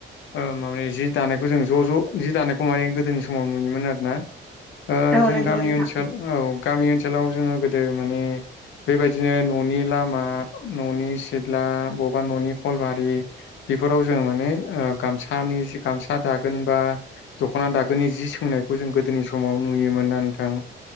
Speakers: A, on the left; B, in the centre.
A: ओ माने जि दानायखौ जों ज ज जि दानायखौ माने गोदोनि समाव नुयोमोन आरोना। ओ
B: औ
A: जों
B: नंगौ
A: गामि
B: नोंथां
A: ओनसोल औ गामि ओनसोलाव जोंङो गोदो माने बेबायदिनो ननि लामा ननि सिथ्ला बबेबा ननि कलबारि बेफोराव जों माने गामसानि गामसा दागोन बा दखना दागोननि जि सोंनायखौ जों गोदोनि समाव नुयोमोन ना नोंथां